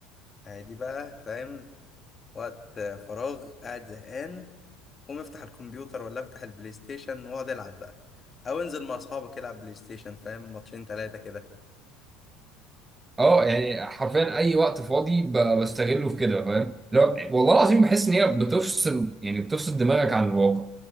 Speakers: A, on the left (about 30°); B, on the right (about 20°).
A: عادي بقى فاهم وقت فراغ قاعد زهقان قوم افتح الكمبيوتر ولا افتح البلاي ستيشن واقعد العب بقى أو انزل مع أصحابك العب بلاي ستيشن فاهم ماتشين تلاتة كده
B: اه يعني حرفيا اي وقت فاضي ب- بستغله في كده فاهم لو والله العظيم بحس ان هي بتفصل يعني بتفصل دماغك عن الواقع